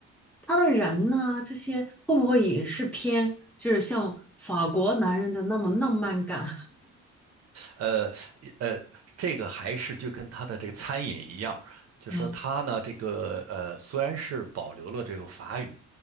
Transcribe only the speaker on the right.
呃呃，这个还是就跟他的这个餐饮一样，就说他呢，
这个呃，虽然是保留了这个法语，